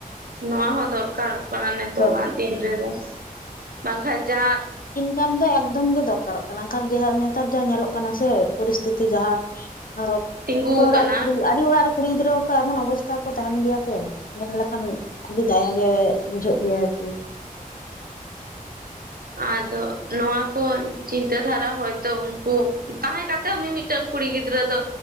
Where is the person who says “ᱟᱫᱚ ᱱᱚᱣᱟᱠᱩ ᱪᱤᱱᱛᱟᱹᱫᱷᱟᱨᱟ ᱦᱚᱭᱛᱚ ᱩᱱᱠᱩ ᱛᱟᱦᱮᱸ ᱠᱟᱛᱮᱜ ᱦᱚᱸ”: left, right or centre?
Right